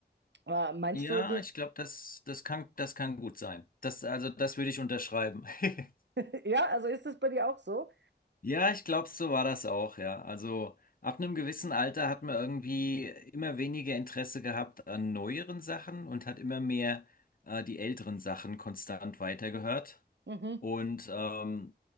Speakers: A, on the right; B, on the left.
A: Aber meinst
B: Ja,
A: du, du,
B: ich glaube, das, das kann, das kann gut sein. Das, also das würde ich unterschreiben. <laughs>
A: <laughs> ja, also ist das bei dir auch so?
B: Ja, ich glaube, so war das auch, ja. Also ab einem gewissen Alter hat man irgendwie immer weniger Interesse gehabt an neueren Sachen und hat immer mehr äh, die älteren Sachen konstant weitergehört.
A: Mhm,
B: Und ähm,